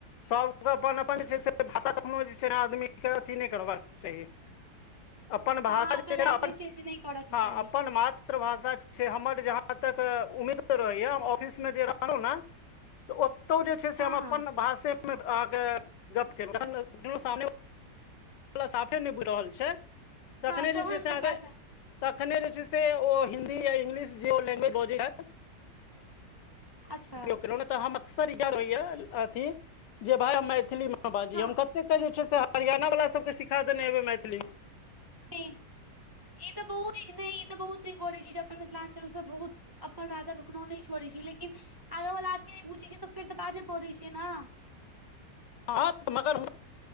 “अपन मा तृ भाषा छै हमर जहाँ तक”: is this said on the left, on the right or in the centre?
Left